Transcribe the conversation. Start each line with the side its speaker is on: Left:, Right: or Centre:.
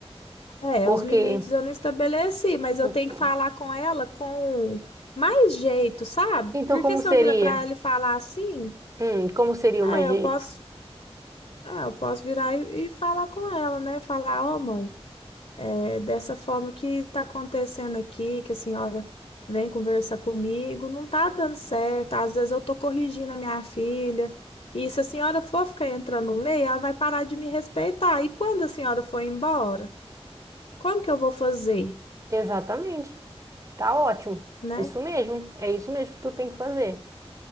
Left: É,
Right: Porque,
Left: os limites eu não estabeleci, mas
Right: então,
Left: eu tenho que falar com ela com mais jeito, sabe?
Right: então
Left: Porque
Right: como
Left: se
Right: seria?
Left: eu virar pra ela e falar assim,
Right: Hum, como seria
Left: é,
Right: o mais jeito?
Left: eu posso Ah, eu posso virar e, e falar com ela, né? Falar, ó, mãe, é dessa forma que está acontecendo aqui, que a senhora vem conversar comigo, não tá dando certo. Às vezes eu tô corrigindo a minha filha. E se a senhora for ficar entrando no meio, ela vai parar de me respeitar. E quando a senhora for embora, como que eu vou fazer,
Right: Exatamente. Tá ótimo.
Left: né?
Right: É Isso mesmo. É isso mesmo que tu tem que fazer.